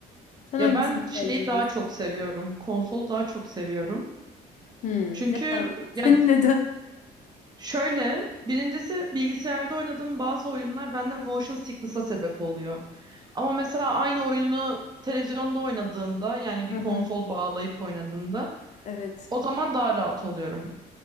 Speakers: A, on the left; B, on the right.
A: Sen
B: Ya
A: hangisini
B: ben şeyi
A: tercih
B: daha
A: ediyorsun?
B: çok seviyorum. Konsolu daha çok seviyorum.
A: Hmm,
B: Çünkü
A: neden? <laughs> Senin
B: ya
A: neden?
B: Şöyle, birincisi bilgisayarda oynadığım bazı oyunlar bende motion sickness'a sebep oluyor. Ama mesela aynı oyunu televizyonda oynadığımda yani
A: Hı
B: bir
A: hı.
B: konsol bağlayıp oynadığımda
A: Evet.
B: o zaman daha rahat oluyorum.